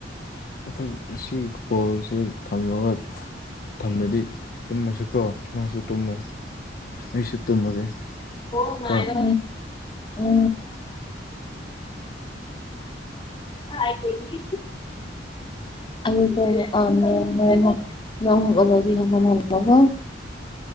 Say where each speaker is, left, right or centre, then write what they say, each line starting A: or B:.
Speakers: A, on the left; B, on the left.
A: ꯃꯊꯪ ꯁꯤ ꯀꯣꯜꯁꯦ ꯊꯝꯃꯒ ꯊꯝꯃꯗꯤ ꯇꯨꯝꯃꯁꯨꯀꯣ ꯅꯪꯁꯨ ꯇꯨꯝꯃꯨ ꯑꯩꯁꯨ ꯇꯨꯝꯃꯒꯦ
B: ꯉ
A: ꯀꯣ
B: ꯎ ꯍꯥꯏꯗꯤ
A: <unintelligible>
B: ꯑ ꯍ ꯍꯅꯣ